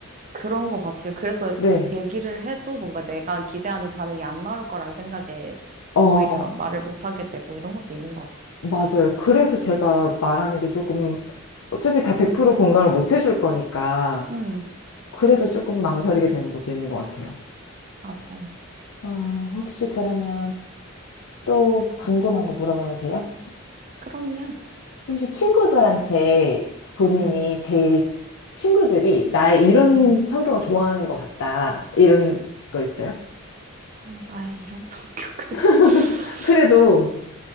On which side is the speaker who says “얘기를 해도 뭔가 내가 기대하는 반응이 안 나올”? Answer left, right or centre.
Right